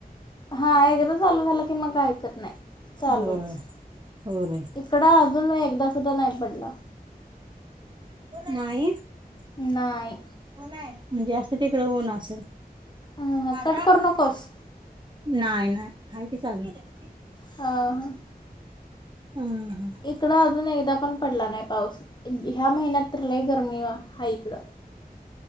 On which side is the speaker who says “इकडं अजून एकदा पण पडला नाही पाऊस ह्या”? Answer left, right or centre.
Left